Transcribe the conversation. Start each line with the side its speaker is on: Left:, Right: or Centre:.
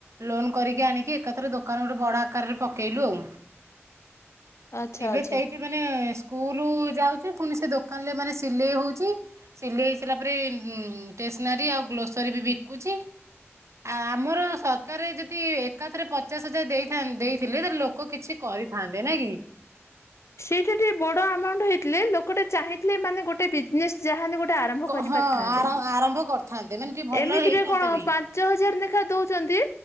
Right: ଲୋନ୍ କରିକି ଆଣିକି ଏକା ଥରେ ଦୋକାନ ଗୋଟେ ବଡ ଆକାରରେ ପକେଇଲୁ ଆଉ।
Left: ଆଚ୍ଛା
Right: ଏବେ
Left: ଆଚ୍ଛା।
Right: ସେଇଠି ମାନେ ସ୍କୁଲ୍ ଯାଉଛି ଫୁଣି ସେ ଦୋକାନ୍ ରେ ମାନେ ସିଲେଇ ହଉଛି। ସିଲେଇ ହେଇ ସାରିଲା ପରେ ଟେସ୍ନାରୀ ଆଉ ଗ୍ଲୋସରୀ ବି ବିକୁଛି। ଆଉ ଆମର ସରକାର୍ ଯଦି ଏକାଥରେ ପଚାଶ ହଜାର ଦେଇଥାନ୍ତେ ଦେଇଥିଲେ ତାହାଲେ ଲୋକ କିଛି କରିଥାନ୍ତେ ନାଁଇ କି?
Left: ସେଇଟା ଟିକେ ବଡ ଆମାଉଣ୍ଟ ହେଇଥିଲେ ଲୋକଟେ ଚାହିଁଥିଲେ ମାନେ ଗୋଟେ ବିଜନେସ ଯାହା ହେଲେ ଗୋଟେ ଆରମ୍ଭ
Right: କ-
Left: କରିପାରିଥାନ୍ତେ।
Right: ହଁ ଆର- ଆରମ୍ଭ କରିଥାନ୍ତେ ମାନେ ଟିକେ ଭଲ
Left: ଏମିତିରେ
Right: ହେଇଥାନ୍ତା
Left: କଣ
Right: ବି
Left: ପାଞ୍ଚ ହଜାର ଲେଖା ଦଉଛନ୍ତି